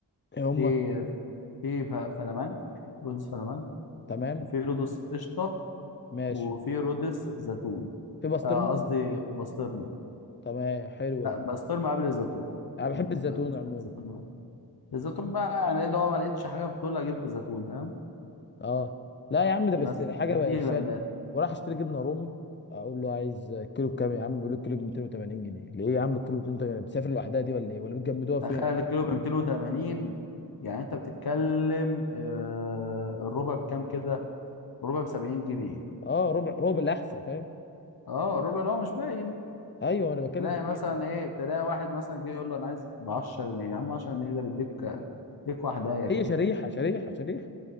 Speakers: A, on the left; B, on the left.
A: ايه هما
B: في في ف- فلامنك رودس فلامنك
A: تمام
B: وفي رودس قشطه
A: ماشي
B: وفي رودس زيتون
A: في بسطرمه
B: آه، قصدي وبسطرمه
A: تمام حلو
B: لا
A: ده
B: بسطرمه قبل الزيتون يعني
A: انا بحب الزيتون
B: ب- ممكن
A: عموما
B: الزيتون بقى. الزيتون بقى يعني ايه اللي هو ما لقيتش حاجه فدول اجيب زيتون فاهم
A: اه لا يا عم ده
B: بس
A: بس الحاجه
B: بديله
A: بقت شاده
B: من الاخر
A: وراح اشتري جبنه رومي اقول له عايز كيلو بكام يا عم بيقول لي الكيلو ب 280 جنيه ليه يا عم الكيلو ب 280 بتسافر لوحدها دي ولا ايه ولا بتجمدوها فين
B: تخيل الكيلو ب 280 يعني انت بتتكلم آه الربع بكام كده الربع ب 70 جنيه
A: اه ربع ربع الاحسن فاهم
B: اه الربع اللي هو مش باين
A: ايوه انا بتكلم
B: تلاقي
A: في كده
B: مثلا ايه تلاقي واحد مثلا جه يقول له انا عايز ب 10 جنيه يا عم 10 جنيه ده بيديك بيديك واحده
A: هي شريحه شريحه شريحه